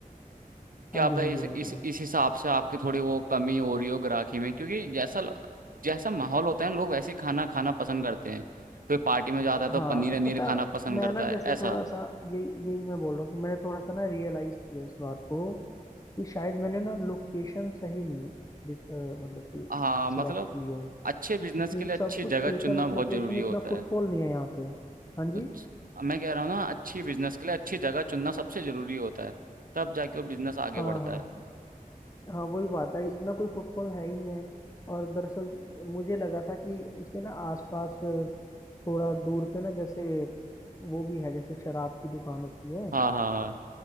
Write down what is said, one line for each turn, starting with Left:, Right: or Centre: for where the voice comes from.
Right: क्या
Left: हाँ
Right: आपका
Left: जी हाँ
Right: इस
Left: जी हाँ
Right: इस
Left: जी हाँ जी
Right: इस हिसाब से आपकी थोड़ी वो कमी हो रही हो ग्राहकी में क्योंकि जैसा जैसा माहौल होता है लोग वैसे ही खाना खाना पसंद करते हैं कोई पार्टी में जाता है तो
Left: हाँ
Right: पनीर वनीर
Left: पता
Right: खाना पसंद
Left: मैं
Right: करता
Left: ना
Right: है
Left: जैसे
Right: ऐसा
Left: थोड़ा सा यही यही मैं बोल रहा हूँ कि मैंने थोड़ा सा ना रियलाइज किया इस बात को कि शायद मैंने ना लोकेशन सही नहीं डिस- अ, मतलब कि
Right: हाँ मतलब
Left: सिलेक्ट की है
Right: अच्छे
Left: क्योंकि
Right: बिजनेस के लिए अच्छी
Left: सब कुछ
Right: जगह
Left: ठीक
Right: चुनना
Left: है बट
Right: बहुत
Left: लोकेशन
Right: जरूरी
Left: इतना
Right: होता
Left: फुटफॉल
Right: है
Left: नहीं है यहाँ पे हाँ जी
Right: अच्छ- मैं कह रहा हूँ ना अच्छी बिजनेस के लिए अच्छी जगह चुनना सबसे जरूरी होता है तब जाके वो बिजनेस आगे
Left: हाँ
Right: बढ़ता
Left: हाँ
Right: है
Left: हाँ वही बात है इतना कोई फुटफॉल है ही नहीं है और दरअसल मुझे लगा था कि इसके ना आसपास अ, थोड़ा दूर पे ना जैसे वो भी है जैसे शराब की दुकान होती है
Right: हाँ हाँ हाँ